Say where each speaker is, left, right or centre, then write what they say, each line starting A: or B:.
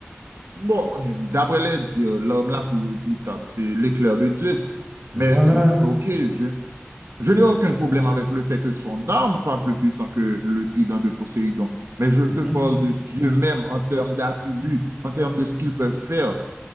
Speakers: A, on the right; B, on the right.
A: Bon, d'après les dires, l'homme la plus redoutable, c'est l'éclair de Zeus.
B: Mais
A: Mais,
B: voilà.
A: ok, je, je n'ai aucun problème avec le fait que son arme soit plus puissante que le trident de Poséidon. Mais je te
B: Mhm,
A: parle de Dieu même en termes d'attributs, en termes de ce qu'il peut faire.